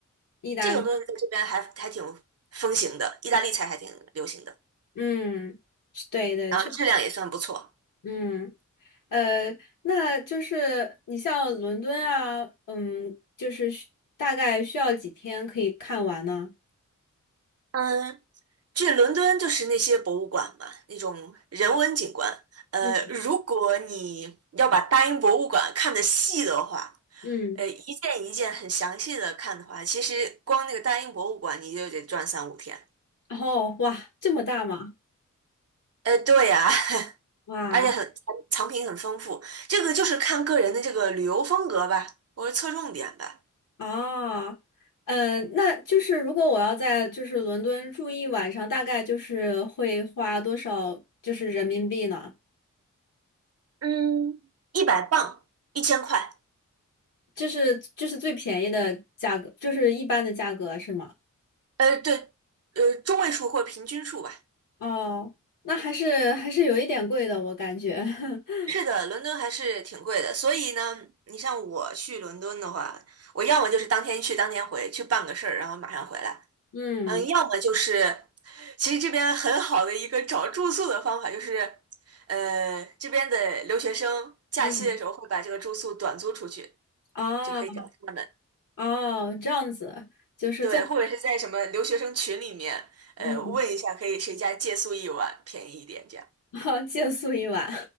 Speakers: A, on the left; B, on the right.
A: 意大利，
B: 这种东西在这边还还挺风行的，意大利菜还挺流行的，
A: 嗯，是对对，
B: 然后质量也算不错。
A: 确，嗯呃，那就是你像伦敦啊，嗯，就是需大概需要几天可以看完呢？
B: 嗯，去伦敦就是那些博物馆嘛，那种人文景观。呃，
A: 嗯
B: 如果你要把大英博物馆看得细的话，
A: 嗯，
B: 呃，一件一件很详细的看的话，其实光那个大英博物馆你就得转三五天。
A: 后哇，这么大吗？
B: 呃，对呀，
A: 哇。
B: 而且很藏藏品很丰富，这个就是看个人的这个旅游风格吧，或者侧重点吧。
A: 哦，呃，那就是如果我要在就是伦敦住一晚上，大概就是会花多少就是人民币呢？
B: 嗯，一百磅，一千块，
A: 就是就是最便宜的价格，就是一般的价格是吗？
B: 呃，对，呃，中位数或平均数吧。
A: 哦，那还是还是有一点贵的，我感觉。<laughs>
B: 是的，伦敦还是挺贵的，所以呢，你像我去伦敦的话，我要么就是当天去当天回，去办个事儿，然后马上回来，
A: 嗯
B: 嗯，要么就是，其实这边很好的一个找住宿的方法就是，呃，这边的留学生假期的时候会把这个住宿短租出去，
A: 嗯，哦
B: 就可以找他们
A: 哦，这样子，就是最
B: 对，或者是在什么留学生群里面，呃，
A: 嗯，
B: 问一下可以谁家借宿一晚，便宜一点这样。
A: <laughs> 借宿一晚。